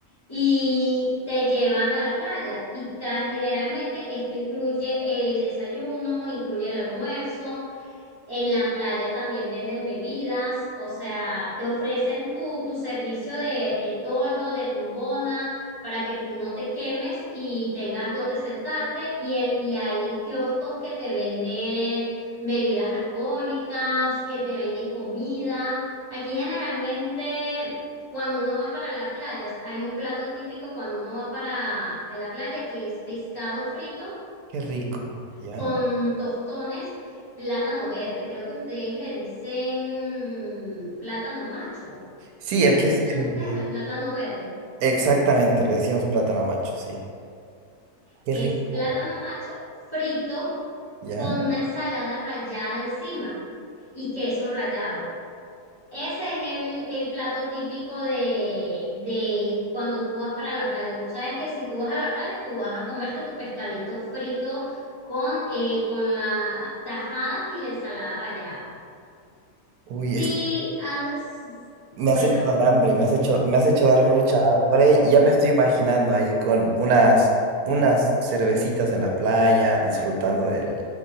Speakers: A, on the left; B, on the right.
A: y te llevan a la playa. Y ca- generalmente esto incluye el desayuno, incluye el almuerzo, en la playa también venden bebidas, o sea, te ofrecen tu, tu servicio de, de toldo, de tumbona, para que tú no te quemes y tengas donde sentarte. Y, en, y hay kioscos que te venden bebidas alcohólicas, que te venden comida. Aquí generalmente, cuando uno va para la playa, hay un plato típico cuando uno va para la playa que es pescado frito
B: Qué rico, ¿ya?
A: con tostones, plátano verde. Creo que ustedes le dicen plátano macho.
B: Sí, el
A: Le
B: que es
A: dicen ustedes
B: eh,
A: al plátano verde.
B: exactamente, le decimos plátano macho, sí. Qué
A: Es
B: rico,
A: plátano macho frito
B: ¿ya?
A: con una ensalada rallada encima y queso rallado. Ese es el, el plato típico de, de cuando tú vas para la playa. Tú sabes que si tú vas a la playa, tú vas a comerte tu pescadito frito con, eh, con las tajadas y la ensalada rallada.
B: Uy,
A: Sí,
B: es que
A: ah, s-
B: me
A: cuéntame.
B: has hecho dar hambre, me has hecho, me has hecho dar mucha hambre. Ya me estoy imaginando ahí con unas, unas
A: Mm.
B: cervecitas en la playa, disfrutando del